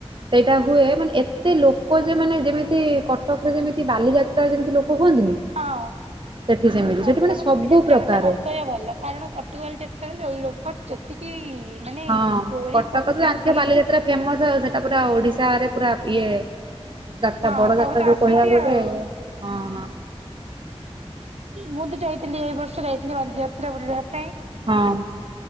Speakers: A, on the right (about 50°); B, on the right (about 75°).
A: ସେଇଟା ହୁଏ। ମାନେ ଏ ଏତେ ଲୋକ ଯେ, ମାନେ ଯେମିତି କଟକରେ ଯେମିତି ବାଲିଯାତ୍ରାରେ ଯେମିତି ଲୋକ ହୁଅନ୍ତିନି।
B: ହଁ
A: ସେଠି ସେମିତି
B: କଟକ
A: ସେଠି ମାନେ
B: ବାଲିଯାତ୍ରା
A: ସବୁ ପ୍ରକାର
B: କଥା ନ କହିବା ଭଲ। କାରଣ କଟକ ବାଲି ଯାତ୍ରା ରେ ଯୋଉ ଲୋକ ଯେତିକି ମାନେ
A: ହଁ,
B: ଚୋରି
A: କଟକ
B: କରୁଛନ୍ତି
A: ତ ଜାଣିଥିଏ ବାଲିଯାତ୍ରା ଫେମସ। ଆଉ ସେଟା ପୁରା ଓଡିଶାରେ ପୁରା ଇଏ, ଦାତା
B: ହଁ
A: ବଡ
B: ସବୁ
A: ଦାତା
B: ତ
A: ଯୋ
B: ଆସନ୍ତି
A: କହିବାକୁ
B: ଆଉ
A: ଗଲେ ହଁ ହଁ
B: ମୁଁ ତ ଯାଇଥିଲି, ଏଇ ବର୍ଷ ଯାଇଥିଲି ବାଲିଯାତ୍ରା ବୁଲିବାକୁ।
A: ହଁ,